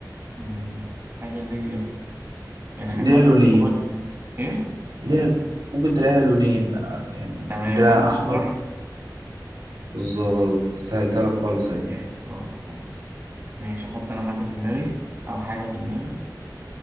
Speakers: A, on the right; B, on the right.
A: مم، الحاجة ديت يعني حجمها
B: ليها لونين
A: مش صغير إيه
B: ليها ممكن تلاقيها لونين آه، يعني
A: تمام
B: ممكن تلاقيها
A: الحاجة دي
B: أحمر
A: تفاح
B: بالظبط سهلتها لك خالص أهي
A: جامد اه صح ماشي احط انا حد في دماغي او حاجة في دماغي